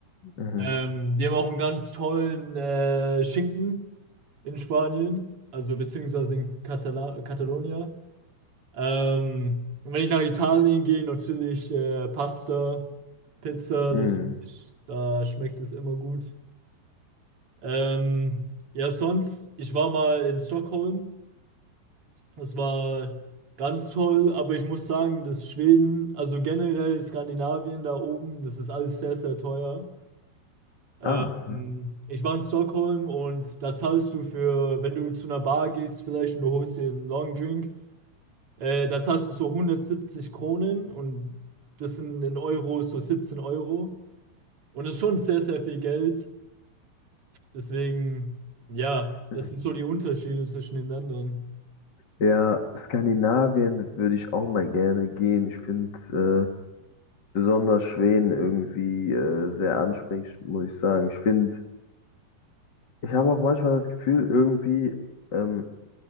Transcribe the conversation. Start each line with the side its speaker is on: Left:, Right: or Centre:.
Left: Mhm.
Right: Ähm, die haben auch einen ganz tollen äh, Schinken in Spanien, also beziehungsweise in Katala Catalonia. Ähm, und wenn ich nach Italien gehe, natürlich äh, Pasta, Pizza,
Left: Hm.
Right: natürlich, da schmeckt es immer gut. Ähm, ja, sonst, ich war mal in Stockholm. Es war ganz toll, aber ich muss sagen, dass Schweden, also generell Skandinavien da oben, das ist alles sehr, sehr teuer. Ähm,
Left: Ah.
Right: ich war in Stockholm und da zahlst du für, wenn du zu einer Bar gehst vielleicht und du holst dir einen Long Drink, äh, da zahlst du so 170 Kronen und das sind in Euro so 17 Euro. Und das ist schon sehr, sehr viel Geld. Deswegen, ja,
Left: Mhm.
Right: das sind so die Unterschiede zwischen den Ländern.
Left: Ja, Skandinavien würde ich auch mal gerne gehen. Ich finde äh, besonders Schweden irgendwie äh, sehr ansprechend, muss ich sagen. Ich finde, Ich habe auch manchmal das Gefühl, irgendwie, ähm,